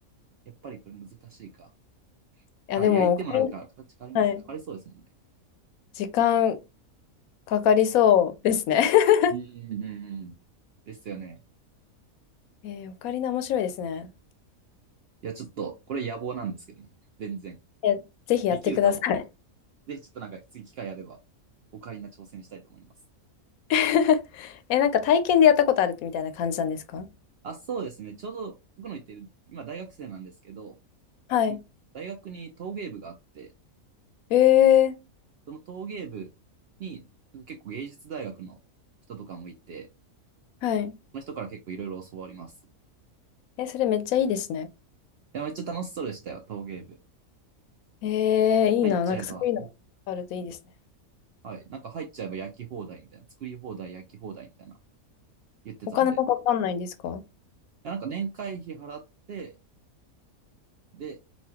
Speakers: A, on the right; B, on the left.
A: やっぱりこれ難しいか。
B: や、
A: あ、
B: でも、
A: 焼いてもなんか形変わります。
B: オカリナ、はい。
A: 変わりそうですもんね。
B: 時間かかりそうですね。<laughs>
A: うんうんうんうん。ですよね。
B: えー、オカリナ面白いですね。
A: いや、ちょっと、これ野望なんですけどね。全然。
B: え、ぜひやってください。
A: できるとは思ってない。ぜひちょっとなんか次機会あれば、オカリナ挑戦したいと思います。
B: <laughs> え、なんか体験でやったことあるみたいな感じなんですか
A: あ、そうですね。ちょうど僕の言ってる、今大学生なんですけど、
B: はい。
A: うん大学に陶芸部があって、
B: えー、
A: その陶芸部に結構芸術大学の人とかもいて、
B: はい。
A: その人から結構いろいろ教わります。い
B: え、それめっちゃいいですね。
A: や、めっちゃ楽しそうでしたよ、陶芸部。
B: えー、いいな。
A: 入っちゃえば、
B: なんかそういうのあるといいですね。
A: はい、なんか入っちゃえば焼き放題みたいな、作り放題、焼き放題みたいな言ってたんで、
B: お金もかかんないんですか
A: いやなんか年会費払って、で、